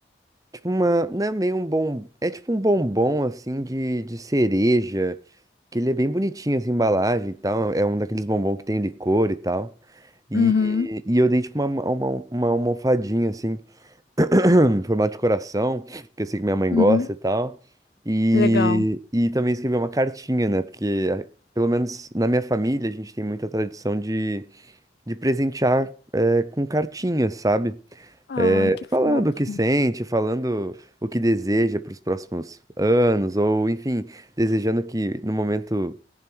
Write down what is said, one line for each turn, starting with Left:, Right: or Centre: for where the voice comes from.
Right: Tipo uma, né, meio um bom, é tipo um bombom assim de, de cereja, que ele é bem bonitinho assim, a embalagem e tal, é um daqueles bombom que tem licor e tal. E,
Left: Uhum,
Right: e eu dei tipo uma, uma, uma almofadinha assim, <clears throat> em formato de coração, que eu sei que minha mãe
Left: uhum.
Right: gosta e tal. E,
Left: Legal.
Right: e também escrevi uma cartinha, né? Porque a- pelo menos na minha família a gente tem muita tradição de, de presentear eh, com cartinhas, sabe?
Left: Ai, que fofo.
Right: Falando o que sente, falando o que deseja para os próximos anos, ou enfim, desejando que no momento,